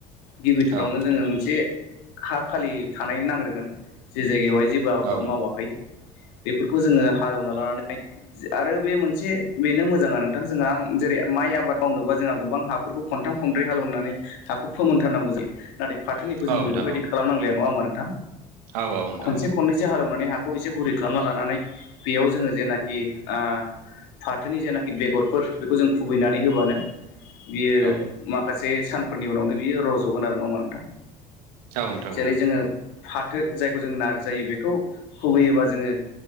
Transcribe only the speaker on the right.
औ नोंथां
औ
औ नोंथां
औ
औ नोंथां
औ
औ
औ नोंथां
औ